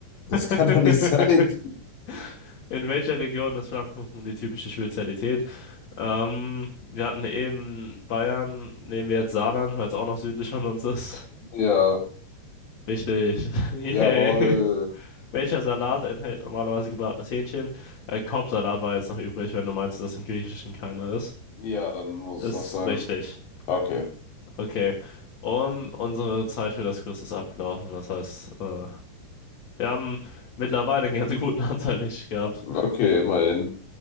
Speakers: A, on the left (about 80°); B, on the left (about 40°).
A: das
B: <laughs>
A: kann doch nicht <laughs> sein.
B: In welcher Region ist Flammkuchen die typische Spezialität? Ähm, wir hatten eben Bayern, nehmen wir jetzt Saarland, weil es auch noch südlich von uns ist.
A: Ja,
B: Richtig. <laughs> Yay.
A: jawohl.
B: Welcher Salat enthält normalerweise gebratenes Hähnchen? Äh, Korbsalat war jetzt noch übrig, wenn du meinst, dass im Griechischen keiner ist.
A: Ja, dann muss
B: Ist
A: es das sein.
B: richtig.
A: Okay.
B: Okay. Und unsere Zeit für das Quiz ist abgelaufen. Das heißt, äh, wir haben mittlerweile einen ganz guten <laughs> Anteil richtig gehabt.
A: Okay, immerhin.